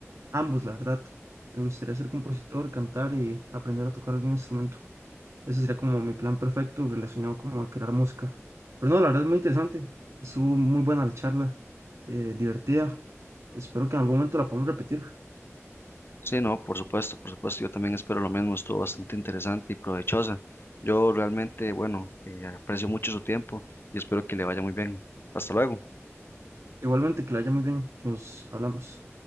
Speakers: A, on the right; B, on the left.
A: ambos, la verdad. Me gustaría ser compositor, cantar y aprender a tocar algún instrumento. Ese sería como mi plan perfecto relacionado como a crear música. Pero no, la verdad es muy interesante. Estuvo muy buena la charla, eh, divertida. Espero que en algún momento la podamos repetir.
B: Sí, no, por supuesto, por supuesto, yo también espero lo mismo. Estuvo bastante interesante y provechosa. Yo realmente, bueno, eh, aprecio mucho su tiempo y espero que le vaya muy bien. Hasta luego.
A: Igualmente, que la haya muy bien. Nos hablamos.